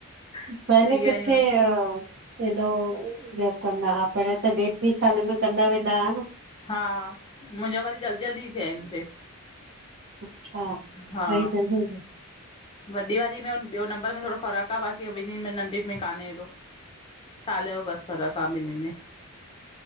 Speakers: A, on the left (about 25°); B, on the right (about 50°).
A: फ्री
B: पहले किथे
A: आहियूं हाणे
B: अ हेॾो गेप कंदा। हा, पहिरे त डेढ-ॿि साल में कंदा वेंदा हा न।
A: हा, मुंहिंजा वरी जल्दी-जल्दी थिया आहिनि मूंखे।
B: अच्छा,
A: हा
B: टे ई जल्दी-जल्दी।
A: वॾी वारी में ॿियो नंबर में थोड़ो फ़र्कु आ बाक़ी ॿिननि में नंढनि में कान्हे हेॾो। साल जो बसि फ़र्क आहे ॿिन्नि में।